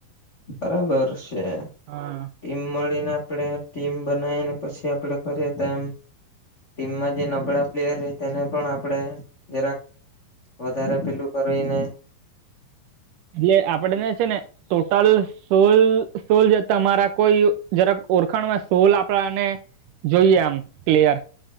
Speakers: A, on the left; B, on the right.
A: બરાબર છે
B: હા
A: ટીમ મળીને આપણે ટીમ બનાવીને પછી આપણે કરીએ તો એમ ટીમમાં જે નબળા પ્લેયર રેય તેને પણ આપણે જરાક વધારે પેલું કરે એને
B: એટલે આપડને છે ને ટોટલ સોલ સોલ જે તમારા કોઈ જરાક ઓળખાણ માં સોલ આપડાને જોઈએ આમ પ્લેયર